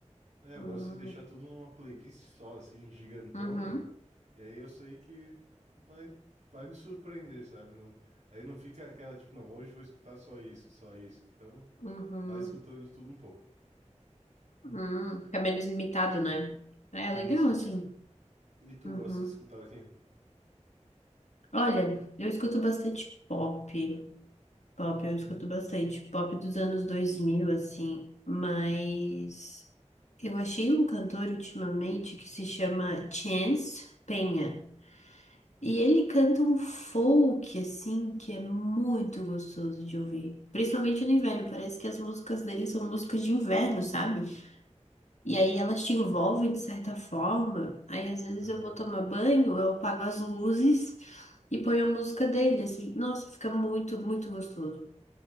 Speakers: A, on the right; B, on the left.
A: É, eu
B: Hum,
A: gosto de deixar tudo numa playlist só, assim, gigantona,
B: Uhum,
A: e aí eu sei que vai, vai me surpreender, sabe? Não, aí não fica aquela, tipo, não, hoje vou escutar só isso, só isso. Então,
B: uhum,
A: vai escutando de tudo um pouco.
B: uhum. Fica menos limitado, né? É legal,
A: Isso.
B: assim.
A: E tu
B: Uhum.
A: gosta de escutar o quê?
B: Olha, eu escuto bastante pop. Pop, eu escuto bastante. Pop dos anos 2000 assim. Mas eu achei um cantor ultimamente que se chama Chance Penha. E ele canta um folk, assim, que é muito gostoso de ouvir. Principalmente no inverno, parece que as músicas dele são músicas de inverno, sabe? E aí elas te envolvem de certa forma. Aí às vezes
A: Aham.
B: eu vou tomar banho, eu apago as luzes e ponho a música dele, assim. Nossa, fica muito, muito gostoso.